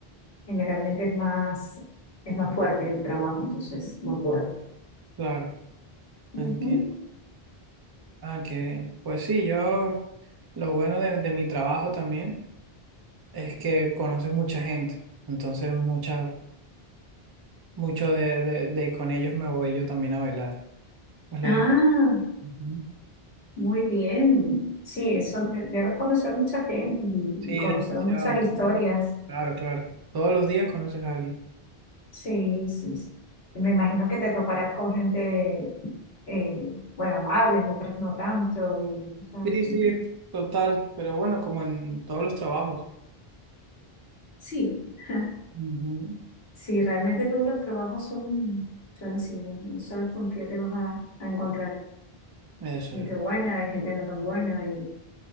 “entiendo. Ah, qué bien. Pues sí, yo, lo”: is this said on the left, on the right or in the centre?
Right